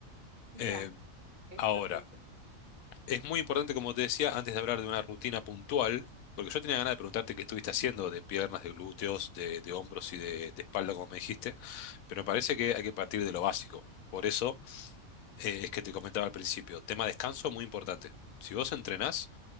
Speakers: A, on the right (about 35°); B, on the left (about 80°).
A: Ya,
B: Eh,
A: es
B: ahora.
A: perfecto.
B: Es muy importante, como te decía, antes de hablar de una rutina puntual, porque yo tenía ganas de preguntarte qué estuviste haciendo de piernas, de glúteos, de, de hombros y de, de espalda, como me dijiste, pero me parece que hay que partir de lo básico. Por eso eh, es que te comentaba al principio, tema descanso muy importante. Si vos entrenás,